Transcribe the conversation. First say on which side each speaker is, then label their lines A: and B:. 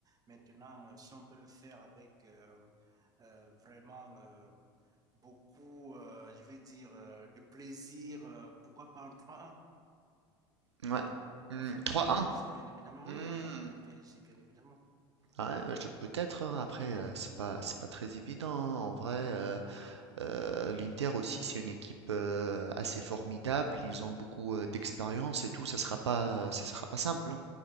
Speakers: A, on the right (about 25°); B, on the right (about 85°).
A: Maintenant, euh, si on peut le faire avec euh, euh, vraiment euh, beaucoup, euh, je vais dire, euh, de plaisir, euh, pourquoi pas en trois 1
B: Ouais. Hmm,
A: en faveur
B: 3-1.
A: du PSG, bien évidemment.
B: Hmm.
A: Oui, en faveur du PSG, bien évidemment.
B: Ouais, bah, je- peut-être. hein. Après, euh, c'est pas, c'est pas très évident. hein. En vrai, euh, euh, l'Inter aussi, c'est une équipe euh, assez formidable. Ils ont beaucoup euh, d'expérience et tout. Ça sera pas, euh, ça sera pas simple. hein.